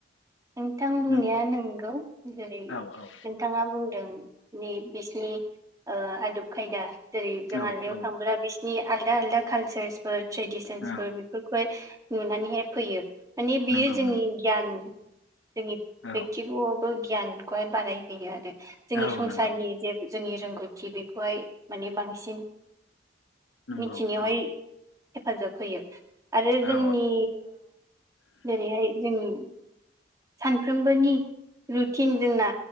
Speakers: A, on the right (about 20°); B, on the left (about 90°).
A: नोंथां बुंनाया
B: नों
A: नोंगौ जेरै
B: औ औ
A: नोंथाङा बुंदों। नि बिसनि आदब खायदा जेरै जों
B: औ
A: आलदायाव
B: औ
A: थांब्ला बिस नि आलदा आलदा कालचारसफोर ट्रेडिसनस
B: औ
A: फोर बेफोरखौहाय नुनानैहाय फैयो। मानि बियो
B: नंगौ
A: जोंनि
B: नों
A: गियान जोंनि
B: औ
A: बेकथिगआवबो गियानखौहाय बारायहोयो आरो जोंनि
B: औ
A: संसारनि
B: नंगौ
A: जे जोंनि रोंगौथि बेखौहाय माने बांसिन
B: नंगौ
A: मिथिनायावहाय
B: औ
A: हेफाजाब होयो। आरो जोंनि
B: औ
A: जेरैहाय जोंनि सानफ्रोमबोनि रुटिन जोंना